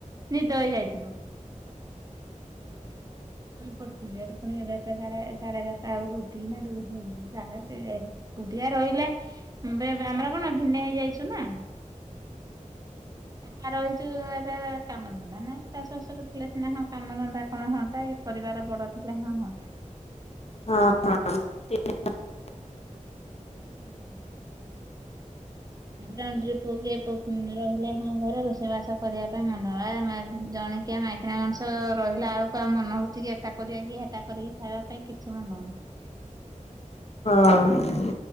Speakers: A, on the right (about 30°); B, on the left (about 55°).
A: ନିଦ ହେଇଯାଇଥିବ। ଶୋଇ ପଡିଥିବେ ପୁଣି ଏଗାରଟା ସା ସାଢେ ଏଗାରଟା ବେଳକୁ ଉଠିକିନା ଏକୁଟିଆ ରହିଲେ ଆମର କଣ ଭିନେ ହେଇଯାଇଛୁ ନା। ଏକା ରହିଛୁ ଏଟା କାମ ଧନ୍ଦା ନାହିଁ ଶାଶୁ ଶଶୁର ଥିଲେ ସିନା ହଁ କାମ ଧନ୍ଦା କଣ ହୁଅନ୍ତା, ପରିବାର ବଡ ଥିଲେ ହଁ ହୁଅନ୍ତା।
B: ହଁ ହଁ।
A: <unintelligible> ତାପରେ ଅଣ୍ଡିରେ ପୁଅ କି ରହିଲେ ହଁ ଘରେ ରୋଷେଇବାସ କରିବା ପାଇଁ ମନେ ହବ, ଜଣିକିଆ ମାଇକିଣା ମଣିଷ ରହିଲା ଆଳକୁ ଆଉ ମନେ ହଉଛି କି ଏା ଟା କରିବା କି ସେଟା କରିକି ଖାଇବା ପାଇଁ କିଛି ମନ ହଉନି।
B: ହଁ।